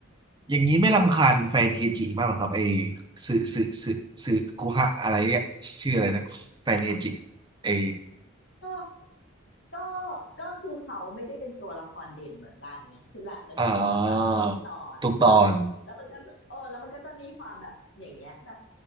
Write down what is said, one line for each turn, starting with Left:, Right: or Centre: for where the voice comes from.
Right: อย่างนี้ไม่รำคาญแฟนเฮจิมากหรอครับไอ้สึสึสึสึคุฮะอะไรเนี่ยชื่ออะไรนะแฟนเฮจิไอ้
Left: ก็ ก็ก็คือเขาไม่ได้เป็นตัวละครเด่นเหมือนรันไงคือรันมันจะออกมาแบบทุกตอนถูกปะแล้วมันก็จะเออแล้วมันก็จะมีความแบบอย่างเงี้ยแบบ
Right: เอ่อทุกตอน